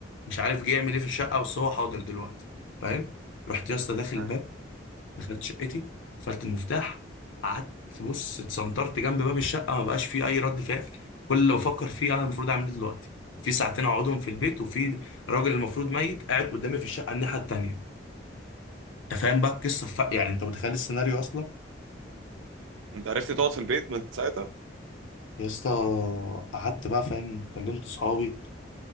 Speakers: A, on the left; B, on the right.
A: مش عارف جه يعمل ايه في الشقه بس هو حاضر دلوقتي فاهم رحت يا اسطى داخل الباب
B: أيوة.
A: دخلت شقتي قفلت المفتاح قعدت بص اتسنطرت جنب باب الشقه ما بقاش فيه اي رد فعل كل اللي بفكر فيه انا المفروض اعمل ايه دلوقتي في ساعتين اقعدهم في البيت وفي راجل المفروض ميت قاعد قدامي في الشقه الناحيه التانيه انت فاهم بقى القصه ف... يعني انت متخيل السيناريو اصلا
B: انت عرفت تقعد في البيت من ساعتها
A: يا اسطى قعدت بقى فاهم كلمت صحابي